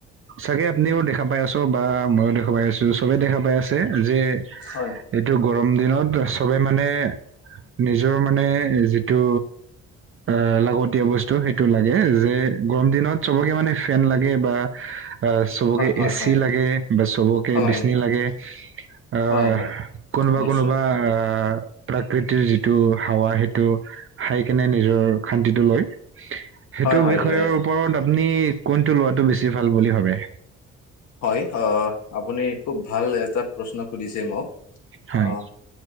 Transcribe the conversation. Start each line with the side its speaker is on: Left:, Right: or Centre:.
Right: চাগে আপুনিও দেখা পাই আছো বা মই দেখা পাই আছো চবে দেখা পাই আছে যে
Left: হয়
Right: এইটো গৰম দিনত চবে মানে নিজৰ মানে যিটো অ লাগতিয় বস্তু সেইটো লাগে যে গৰম দিনত চবকে মানে ফেন লাগে বা আহ চবকে
Left: হয়
Right: এচি
Left: হয়
Right: লাগে বা চবকে
Left: হয় হয়
Right: বিচনি লাগে আহ
Left: হয় হয়
Right: কোনোবা
Left: নিশ্চয়
Right: কোনোবা প্ৰাকৃতিৰ যিটো হাৱা সেইটো খাই কেনে নিজৰ শান্তিটো লয় সেইটো
Left: হয় হয়
Right: বিষয়ৰ
Left: লৈ আছে
Right: ওপৰত আপুনি কোনটো লোৱাটো বেছি ভাল বুলি ভাবে
Left: হয় অ আপুনি খুব ভাল এটা প্ৰশ্ন সুধিছে মোক
Right: হয়
Left: আহ